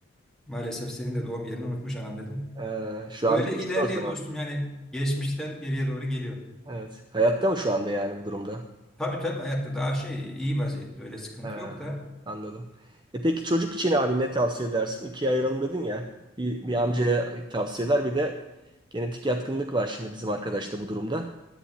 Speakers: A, in the centre; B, on the right (about 25°).
A: Maalesef senin de doğum yerini unutmuş anam dedim.
B: Ee, şu
A: Öyle
B: anda
A: ilerliyor
B: gidiyor o zaman.
A: dostum yani geçmişten geriye doğru geliyor.
B: Evet. Hayatta mı şu anda yani bu durumda?
A: Tabii tabii hayatta daha şey iyi vaziyette öyle sıkıntı
B: Ha,
A: yok da.
B: anladım. E peki çocuk için abi ne tavsiye edersin? İkiye ayıralım dedin ya. Bir, bir amcaya tavsiyeler bir de genetik yatkınlık var şimdi bizim arkadaşta bu durumda.